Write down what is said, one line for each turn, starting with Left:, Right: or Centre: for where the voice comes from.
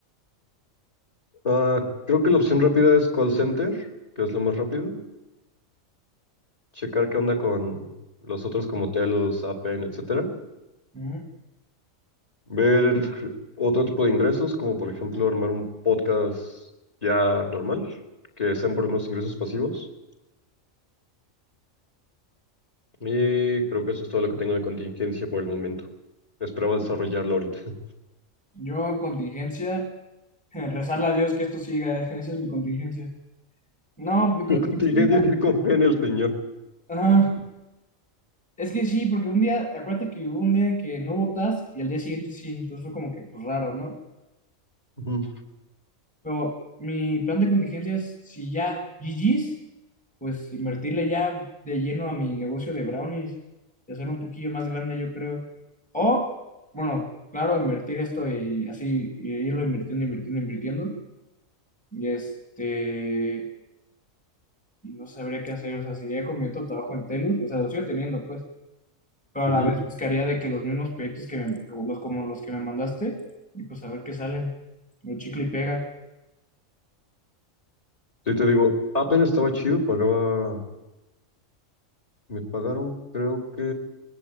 Left: ah, creo que la opción rápida es call center, que es lo más rápido. checar qué onda con los otros como Telos, Appen, etcétera.
Centre: Ujú.
Left: Ver el- otro tipo de ingresos, como por ejemplo armar un podcast ya normal, que sean por lo menos ingresos pasivos. Y creo que eso es todo lo que tengo de contingencia por el momento. Esperaba desarrollarlo ahorita. <laughs>
Centre: Yo en contingencia, <laughs> rezarle a Dios que esto siga, <laughs> esa es mi contingencia. No, mi contingencia,
Left: Mi contingencia es ir con fe en el señor.
Centre: ajá. Es que sí, porque un día, acuérdate que hubo un día que no hubo task y al día siguiente sí, entonces fue como que pues, raro, ¿no?
Left: Ujú,
Centre: Pero mi plan de contingencia es, si ya GG's, pues invertirle ya de lleno a mi negocio de brownies y hacer un poquillo más grande, yo creo. O, bueno, claro, invertir esto y así e irlo invirtiendo, invirtiendo, invirtiendo. Y este, y no sabría qué hacer, o sea, seguiría con mi otro trabajo en Telus, o sea, lo sigo teniendo, pues, pero
Left: ujú.
Centre: a la vez buscaría de que los mismos proyectos que me- como los, como los que me mandaste, y pues a ver qué salen. Un chicle y pega.
Left: Sí, te digo, Appen estaba chido, pagaba, me pagaron creo que